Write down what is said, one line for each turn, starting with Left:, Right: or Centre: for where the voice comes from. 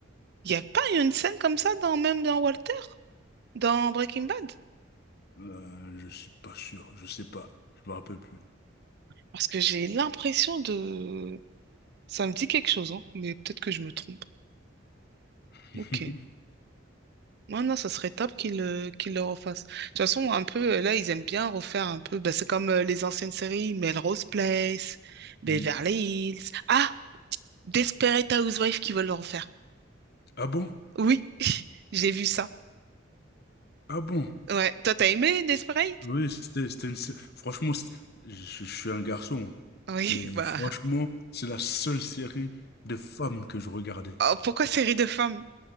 Right: Il n'y a pas une scène comme ça dans, même dans Walter, dans Breaking Bad?
Left: Euh, je suis pas sûr, je sais pas, je me rappelle plus.
Right: Parce que j'ai l'impression de... Ça me dit quelque chose, hein, mais peut-être que je me trompe.
Left: <laughs>
Right: Ok. Non, non, ça serait top qu'ils euh, qu'ils le refassent. De toute façon, un peu, euh, là, ils aiment bien refaire un peu. bah, c'est comme euh, les anciennes séries, Melrose Place, Beverly
Left: Hmm.
Right: Hills. Ah, Desperate Housewives qui veulent le refaire.
Left: Ah bon?
Right: Oui, <laughs> j'ai vu ça.
Left: Ah bon?
Right: Ouais. Toi, t'as aimé Desperate?
Left: Oui, c'était, c'était une... sé- Franchement, c'est- je, je suis un garçon,
Right: Oui,
Left: mais
Right: <laughs> bah.
Left: franchement, c'est la seule série de femmes que je regardais.
Right: oh, pourquoi série de femmes?